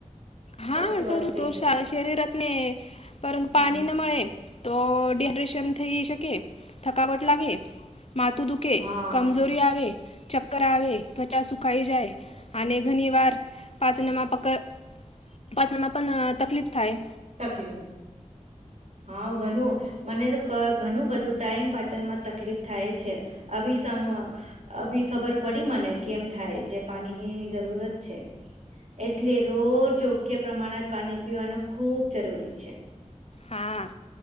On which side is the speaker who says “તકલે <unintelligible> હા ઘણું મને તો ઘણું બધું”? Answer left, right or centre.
Right